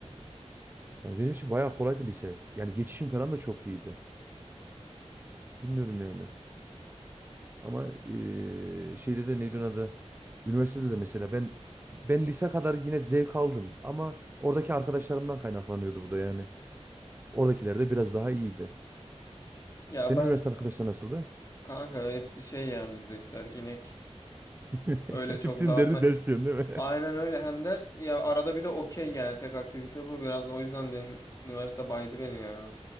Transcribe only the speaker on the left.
Ya
ben
kanka hepsi şey ya bizdekiler inek.
Öyle
çok dağıtma.
Aynen öyle hem ders ya arada bir de okey yani tek aktivite bu biraz o yüzden benim üniversite baydı beni ya.